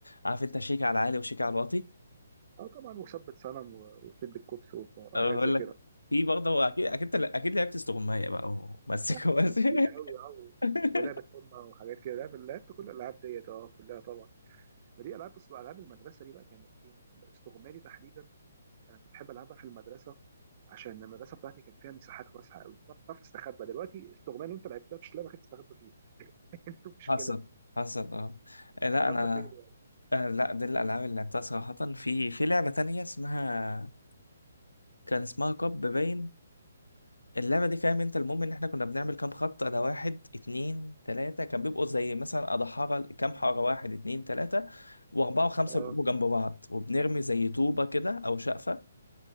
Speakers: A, on the left; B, on the right.
A: عارف انت شيك على عالي وشيك على الواطي
B: اه طبعا وثبت صنم و- وشد الكوبس و- وحاجات
A: أنا بقول
B: زي
A: لك
B: كده
A: في برضه هو اكيد اكيد اكيد لعبت استغماية بقى ومسك
B: آه،
A: ومسك
B: كتير قوي اه و-
A: <laughs>
B: ولعبة أمة وحاجات كده لعب- لعبت كل الألعاب ديت اه كلها طبعا ما دي ألعاب بص ألعاب المدرسة دي بقى كانت إيه الاستغمالي تحديدا أنا كنت بحب ألعبها في المدرسة عشان المدرسه بتاعتي كان فيها مساحات واسعه قوي بتعرف تستخبى دلوقتي استغمال انت لعبتها مش لعبه كانت تستخبى فيها انت شوف مشكله
A: حصل حصل اه آه، لا
B: استخبى
A: انا
B: فين يعني
A: آه، لا دي الالعاب اللي لعبتها صراحه في في لعبه تانية اسمها كان اسمها كاب باين اللعبه دي فاهم انت المهم ان احنا كنا بنعمل كام خط ده واحد اتنين تلاته كان بيبقوا زي مثلا اضحاره كام حاره واحد اتنين تلاته واربعه وخمسه
B: اه
A: بيبقوا جنب بعض وبنرمي زي طوبه كده او شقفه